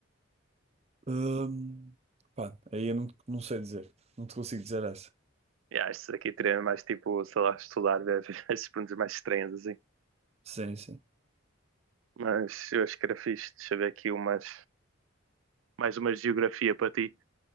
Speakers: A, on the right; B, on the right.
A: Ahm, pá, aí eu não, não sei dizer, não te consigo dizer essa.
B: Yeah, estes aqui teria mais tipo, sei lá, estudar ver <laughs> essas perguntas mais estranhas assim.
A: Sim, sim.
B: Mas eu acho que era fixe. Deixa eu ver aqui umas, mais uma geografia para ti.